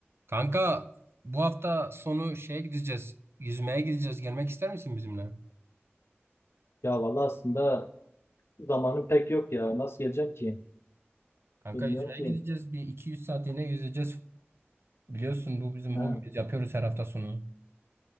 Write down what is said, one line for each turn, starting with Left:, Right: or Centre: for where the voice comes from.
Right: Kanka bu hafta sonu şeye gideceğiz. Yüzmeye gideceğiz. Gelmek ister misin bizimle?
Left: Ya vallahi aslında zamanım pek yok ya. Nasıl geleceğim ki?
Right: Kanka
Left: Bilmiyorum
Right: yüzmeye
Left: ki.
Right: gideceğiz. Bir 200 saatliğine yüzeceğiz. Biliyorsun bu bizim
Left: Ha,
Right: hobimiz. Yapıyoruz her hafta sonu.